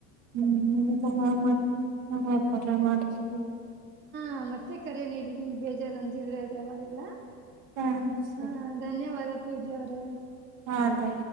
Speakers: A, on the right; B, on the right.
A: ಹ್ಮ್ ಾ ಮತ್ತೆ ನ್ದರ ಮಾಡ್ತೀವಿ
B: ಹಾ ಮತ್ತೆ ಕರೆ ನೀಡಿ ನೀ ಬೇಜಾರು ಅಂದಿದ್ರೆ ಅದು ಅವಾವಾಗೆಲ್ಲ.
A: ಹಾಂ ಸರಿ
B: ಹಾ ಧನ್ಯವಾದ ಪೂಜಾ ಅವರೇ.
A: ಹಾದಾ.